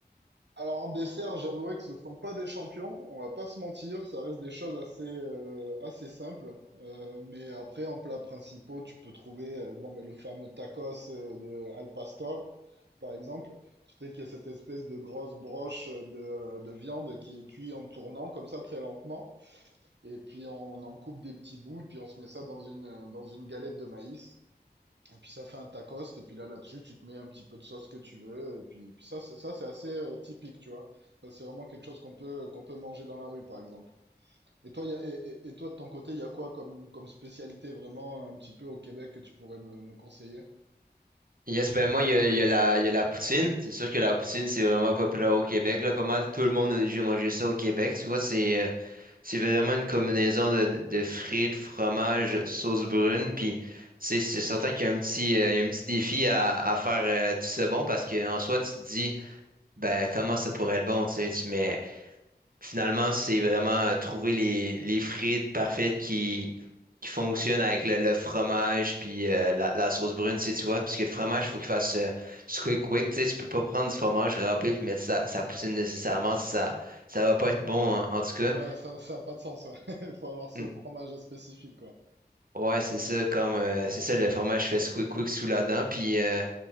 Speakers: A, on the right; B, on the right.
A: Alors en dessert, j'avouerai que ce ne sont pas des champions, on va pas se mentir, ça reste des choses assez, euh, assez simples. Euh, mais après, en plats principaux, tu peux trouver euh, bon, mais le fameux tacos euh, de Al Pastor, par exemple. Tu sais qu'il y a cette espèce de grosse broche de, de viande qui est cuite en tournant comme ça très lentement. Et puis on en coupe des petits bouts, et puis on se met ça dans une, dans une galette de maïs. Et puis ça fait un tacos, et puis là, là-dessus, tu te mets un petit peu de sauce que tu veux, et puis, puis ça, c'est- ça c'est assez euh, typique, tu vois. Ça, c'est vraiment quelque chose qu'on peut, qu'on peut manger dans la rue, par exemple. Et toi, il y a, et, et- et toi, de ton côté, il y a quoi comme, comme spécialité vraiment euh, un petit peu au Québec que tu pourrais me, me conseiller?
B: Yes, ben moi, il y a, il y a la, il y a la poutine. C'est sûr que la poutine, c'est vraiment populaire au Québec, là. Pas mal tout le monde a déjà mangé ça au Québec, tu vois. C'est euh, c'est vraiment une combinaison de, de, de frites, fromage, sauce brune, puis... tu sais, C'est certain qu'il y a un petit, euh, il y a un petit défi à, à faire euh, tout ça bon parce qu'en soi, tu te dis, ben comment ça pourrait être bon, tu sais, tu- mais finalement, c'est vraiment euh, trouver les, les frites parfaites qui, qui fonctionnent avec le, le fromage puis euh, la, la sauce brune, tu sais, tu vois, parce que le fromage, faut qu'il fasse euh, squeak quick, tu sais, tu peux pas prendre du fromage râpé puis mettre ça, ça poutine nécessairement, ça, ça va pas être bon en, en tout cas.
A: Ouais, ça, ça a pas de sens, ouais. <laughs> Faut avoir ce
B: Mm.
A: fromage spécifique, quoi.
B: Ouais, c'est ça, comme, euh, c'est ça, le fromage fait squeak quick sous la dent, puis... euh,